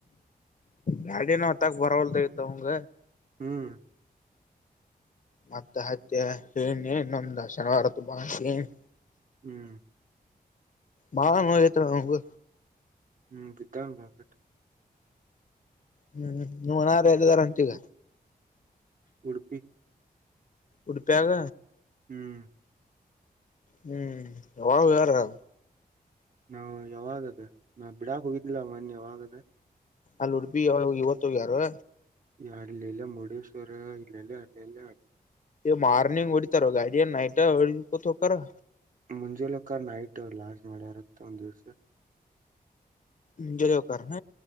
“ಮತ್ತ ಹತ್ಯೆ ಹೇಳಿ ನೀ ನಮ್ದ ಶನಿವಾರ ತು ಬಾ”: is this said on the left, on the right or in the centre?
Left